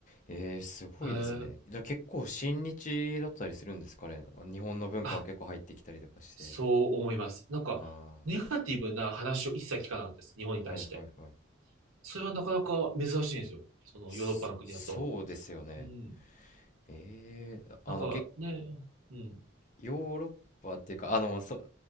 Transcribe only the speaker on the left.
えー、すごいですね。
じゃあ結構親日だったりするんですかね。日本の文化が結構入ってきたりとかして。
あ
あ、はいはいはい。
そそうですよね。
ええあの、
け、
ヨーロッパっていうか、あの、そ、